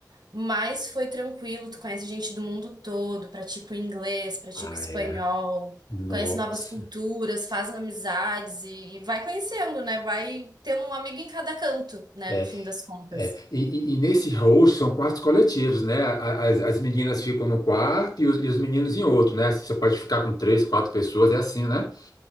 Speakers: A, on the right; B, on the left.
A: mas foi tranquilo, tu conhece gente do mundo todo, pratica o inglês, pratica
B: ah,
A: o espanhol,
B: é. Nossa.
A: conhece novas culturas, faz amizades e, e vai conhecendo, né? Vai tendo um amigo em cada canto, né?
B: É,
A: No fim das contas.
B: é. E, e- e nesse host são quartos coletivos, né? A- As, as meninas ficam no quarto e os, e os meninos em outro, né? Você pode ficar com três, quatro pessoas, é assim, né?